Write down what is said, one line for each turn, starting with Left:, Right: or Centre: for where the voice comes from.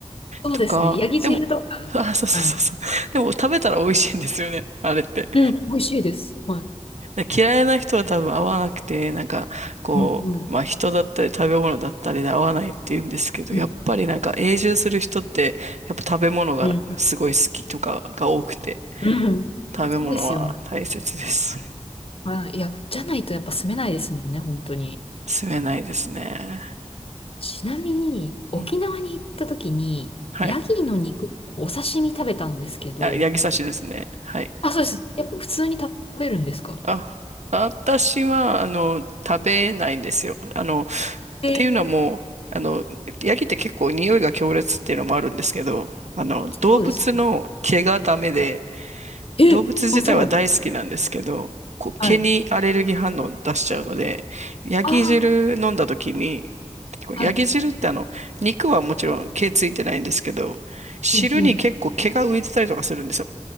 Left: そうですね。
Right: とか、
Left: ヤギ汁とか。
Right: でも、あ、そうそうそうそう。
Left: はい。
Right: でも食べたら美味しいんですよね。あれって。
Left: うん、美味しいです。はい。
Right: だ嫌いな人は多分合わなくて、なんか、こう、
Left: うん、うん、
Right: まあ人だったり食べ物だったりで合わないって言うんですけど、
Left: うん、
Right: やっぱりなんか永住する人って、やっぱ食べ物がすごい好きとかが多くて、
Left: うん、うん。うんそうですよね。
Right: 食べ物は大切です。
Left: はい。いや、じゃないとやっぱ住めないですもんね、本当に。
Right: 住めないですね。
Left: ちなみに、沖縄に行った時に、
Right: うん。はい。
Left: ヤギの肉、お刺身食べたんですけど、
Right: あ、八木刺しですね。はい。
Left: あ、そうです。やっぱ普通に食べるんですか
Right: あ、私は、あの、食べないんですよ。あの、っ
Left: えー
Right: ていうのはもう、あの、ヤギって結構匂いが強烈っていうのもあるんですけど、あの、動物の毛がダメで、
Left: そうですね。はいえ、
Right: 動物自体は大好きなんですけど、
Left: あ、そうなんです。
Right: こう、
Left: はい。
Right: 毛にアレルギー反応出しちゃうので、ヤギ汁飲んだ時に、
Left: ああ、
Right: ヤギ汁ってあの、
Left: はい。
Right: 肉はもちろん毛ついてないんですけど、汁に結構毛が浮いてたりとかするんですよ。
Left: うんうん。